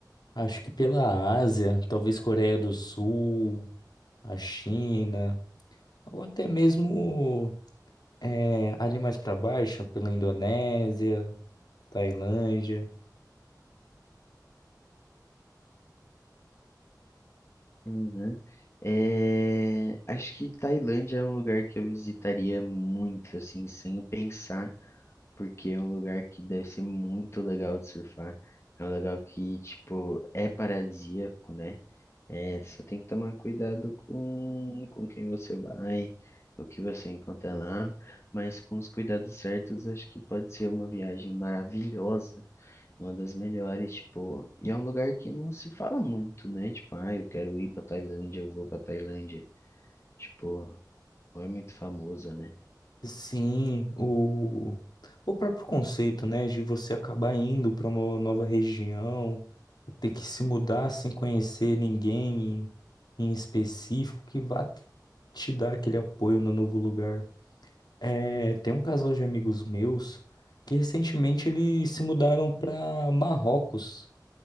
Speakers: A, on the left (about 70°); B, on the left (about 40°).
A: acho que pela Ásia, talvez Coreia do Sul, a China, ou até mesmo é, ali mais pra baixo, pela Indonésia, Tailândia.
B: Uhum. É, acho que Tailândia é um lugar que eu visitaria muito, assim, sem pensar, porque é um lugar que deve ser muito legal de surfar. É um lugar que, tipo, é paradisíaco, né? É, só tem que tomar cuidado com, com quem você vai, o que você encontra lá, mas com os cuidados certos, acho que pode ser uma viagem maravilhosa. Uma das melhores, tipo, e é um lugar que não se fala muito, né? Tipo, ah, eu quero ir pra Tailândia, eu vou pra Tailândia. Tipo, não é muito famoso, né?
A: Sim, o, o próprio conceito, né, de você acabar indo para uma nova região, ter que se mudar sem conhecer ninguém em, em específico que vá te dar aquele apoio no novo lugar. É, tem um casal de amigos meus que recentemente eles se mudaram para Marrocos.